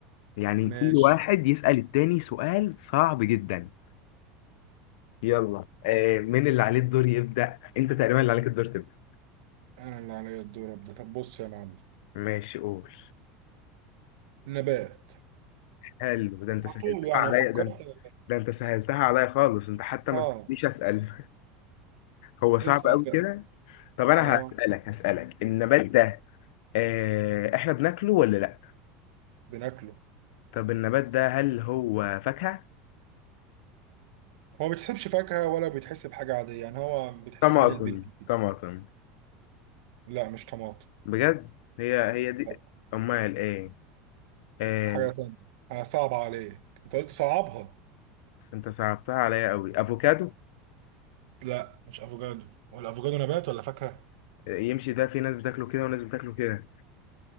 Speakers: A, on the left (about 70°); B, on the right (about 75°).
A: يعني
B: ماشي
A: كل واحد يسأل التاني سؤال صعب جدا يلا آه مين اللي عليه الدور يبدأ انت تقريبا اللي عليك الدور تبدأ
B: انا اللي عليا الدور ابدا طب بص يا معلم
A: ماشي قول
B: نبات
A: حلو ده انت
B: على
A: سهلتها
B: طول يعني
A: عليا
B: أنا فكرت
A: ده انت
B: <laughs>
A: ده انت سهلتها عليا خالص انت حتى ما
B: اه
A: استنيش اسأل هو صعب
B: اسال
A: قوي
B: بقى
A: كده طب انا
B: اه
A: هسألك هسألك النبات ده آه احنا بناكله ولا لا
B: بناكله
A: طب النبات ده هل هو فاكهة
B: هو ما بيتحسبش فاكهه ولا بيتحسب حاجه عاديه يعني هو بيتحسب
A: طماطم
B: بين البنين كده
A: طماطم
B: لا مش طماطم
A: بجد هي هي دي
B: لا
A: امال ايه آه
B: حاجه تانية آه صعب عليك انت قلت صعبها
A: انت صعبتها عليا قوي افوكادو
B: لا مش افوكادو ولا افوكادو نبات ولا فاكهه
A: آه، يمشي ده في ناس بتاكله كده وناس بتاكله كده